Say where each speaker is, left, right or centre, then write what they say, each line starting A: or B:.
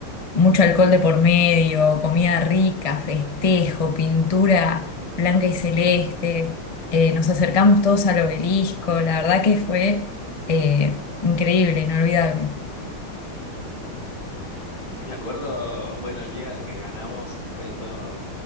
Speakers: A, on the left; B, on the left.
A: mucho alcohol de por medio, comida rica, festejo, pintura blanca y celeste, eh, nos acercamos todos al obelisco, la verdad que fue eh, increíble, inolvidable.
B: Me acuerdo, bueno, el día que ganamos fue todo